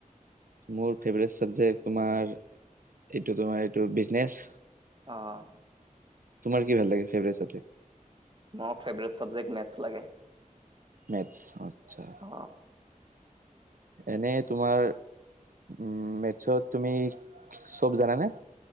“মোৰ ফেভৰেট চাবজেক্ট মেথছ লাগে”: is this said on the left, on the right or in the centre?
Right